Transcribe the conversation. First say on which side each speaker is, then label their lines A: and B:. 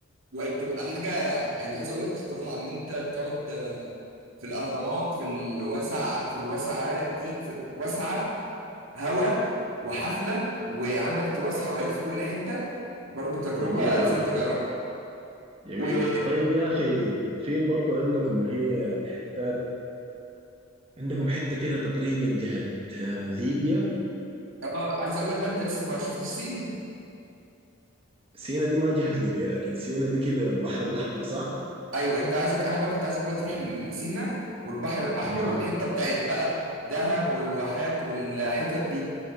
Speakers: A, on the right; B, on the right.
A: وبتبقى حاجه يعني عايز اقول لك اختراع ان انت تقعد في الاهرامات في الواسعه في الواسعه دي في واسعه هوا وحفله وعندك تراث حواليك في كل حته برضو تجربه
B: جميلة
A: لازم تجربها
B: جميلة
A: و
B: طيب يا أخي في برضو عندكم اللي هي الحتات عندكم حتة كده تقريبا جهة آه، ليبيا
A: اه عايز اقول لك بقى انت لسه ما شفتش سينا
B: سينا دي ما جهة ليبيا لكن سينا دي كده البحر الأحمر صح؟
A: ايوه انت عايزك انا بقى كنت عايزك بقى تروح ال- سينا والبحر الاحمر
B: ها
A: والحته بتاعت بقى دهب والواحات والحتت دي